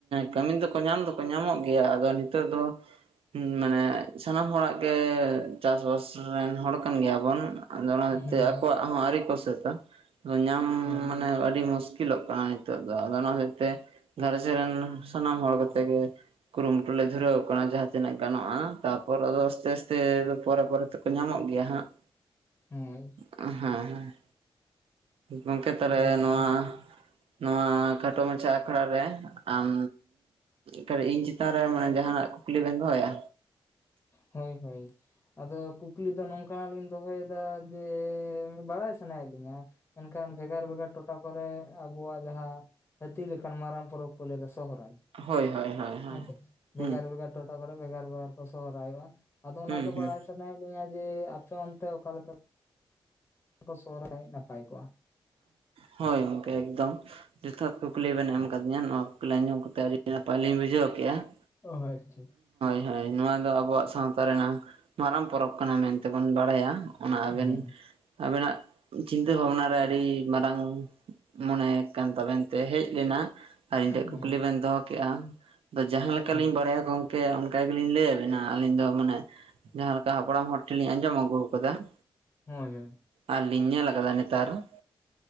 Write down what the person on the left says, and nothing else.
ᱦᱮᱸ
ᱦᱮᱸ
ᱦᱮᱸ ᱾
ᱟᱹᱰᱤ ᱱᱟᱯᱟᱭ
ᱦᱳᱹᱭ ᱦᱳᱹᱭ ᱟᱫᱚ ᱠᱩᱠ ᱾ ᱠᱩᱠᱞᱤ ᱫᱚ ᱱᱚᱝᱠᱟᱱ ᱟᱜ ᱞᱤᱧ ᱫᱚᱦᱚᱭ ᱮᱫᱟ ᱡᱮ ᱵᱟᱲᱟᱭ ᱥᱟᱱᱟᱭᱮᱫ ᱞᱤᱧᱟ ᱾ ᱢᱮᱱ ᱠᱷᱟᱱ ᱵᱷᱮᱜᱟᱨ ᱵᱷᱮᱜᱟᱨ ᱴᱚᱴ ᱾ ᱴᱚᱴᱟ ᱠᱚᱨᱮ ᱟᱵᱚᱣᱟᱜ ᱡᱟᱦᱟᱸ ᱦᱟᱹᱛᱤ ᱞᱮᱠᱟᱱ ᱢᱟᱨᱟᱝ ᱯᱚᱨᱚᱵᱽ ᱠᱚ ᱞᱟᱹᱭᱟ ᱥᱚᱦᱨᱟᱭ ᱾
ᱟᱪᱪᱷᱟ
ᱵᱮᱜᱟᱨ ᱵᱮᱜᱟᱨ ᱾ ᱴᱚᱴᱷᱟ ᱠᱚᱨᱮ ᱵᱷᱮᱜᱟᱨ ᱵᱷᱮᱜᱟᱨ ᱠᱚ ᱥᱚᱦᱚᱨᱟᱭᱚᱜᱼᱟ ᱟᱫᱚ ᱚᱱᱟ
ᱜᱮ
ᱵᱟᱲᱟᱭ ᱥᱟᱱᱟ ᱾ ᱟᱱᱟᱭ ᱞᱤᱧᱟ ᱡᱮ ᱟᱯᱮ ᱚᱱᱛᱮ ᱚᱠᱟ ᱞᱮᱠᱟ? ᱠᱚ ᱥᱚᱦᱚᱨᱟᱭ ᱱᱟᱯᱟᱭ ᱠᱚᱜᱼᱟ ᱾
ᱚ, ᱟᱪᱪᱷᱟ᱾
ᱦᱮᱸ
ᱦᱮᱸ
ᱦᱮᱸ
ᱦᱳᱹᱭ ᱦᱳᱹᱭ ᱾